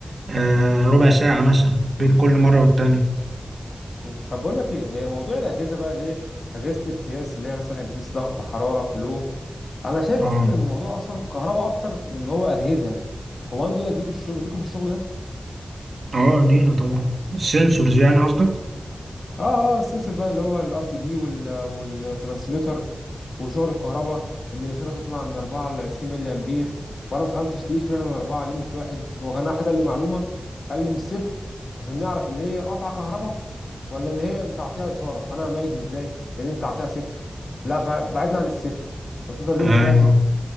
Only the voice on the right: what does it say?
آه ربع ساعة مثلا بين كل مرة والتانية
اه
اه لينا طبعا السنسورز يعني قصدك
ايوه